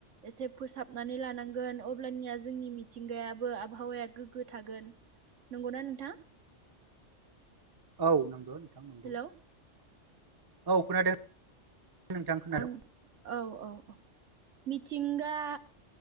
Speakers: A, on the right; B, on the right.
A: एसे फोसाबनानै लानां गोन अब्लानिया जोंनि मिथिंगायाबो आबहावाया गोग्गो थागोन नंगौना नोंथां
B: औ नोगो नोंथां नंगौ
A: हेलौ
B: औ खोनादों नोंथां खोनादों
A: आं औ औ औ मिथिंगा